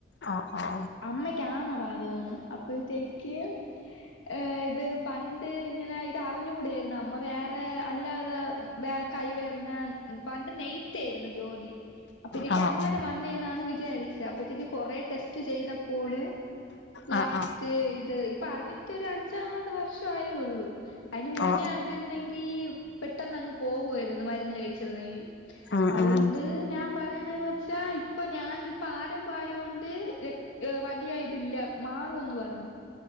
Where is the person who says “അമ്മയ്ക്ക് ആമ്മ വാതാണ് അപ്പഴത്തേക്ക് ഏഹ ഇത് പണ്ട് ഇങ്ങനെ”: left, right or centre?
Left